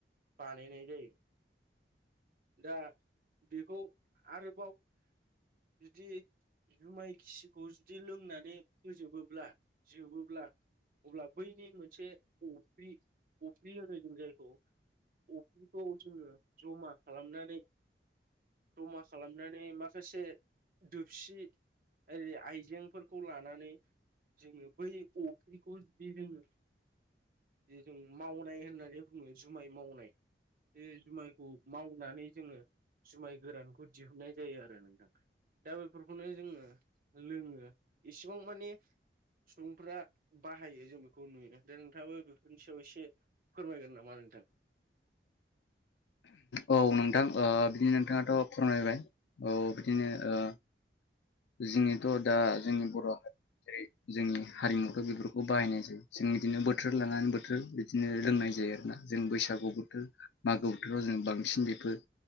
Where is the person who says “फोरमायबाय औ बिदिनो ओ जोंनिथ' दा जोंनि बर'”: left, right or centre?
Left